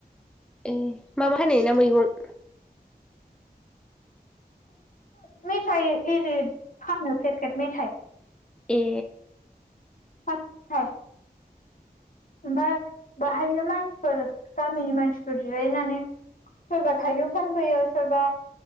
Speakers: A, in the centre; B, on the left.
A: ए माबा फानहोयो ना मैगं
B: मेथाइ इरि फानो फेसकेट मेथाइ
A: ए
B: <unintelligible> ओमफाय बाहायनो मानसिफोर गामिनि मानसिफोर जिरायनानै सोरबा थाइजौ फानफैयो सोरबा